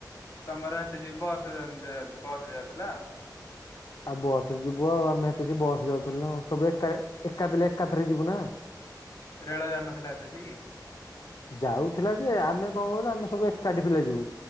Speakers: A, on the left (about 50°); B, on the left (about 60°).
A: ତମର ସେତେ ଏସିକି ରେବସ ବସ ରେ ଯାଉଥିଲ?
B: ଆଉ ବସ ରେ ଯିବୁ ଆଉ ଆମେ ସେତ ଅସିକି ବସ ରେ ଯାଉଥିଲୁ ନା ଆଉ ସବୁ ଏକା ଏକା ପିଲା ଏକାଥରେ ଯିବୁ ନା?
A: ରେଳ ଯାଉ ନଥିଲା ସେତେ ଅସିକି?
B: ଯାଉଥିଲା ଯେ ଆମେ କଣ କହିଲୁ ଆମେ ସବୁ ଏକାଠି ପିଲା ଯିବୁ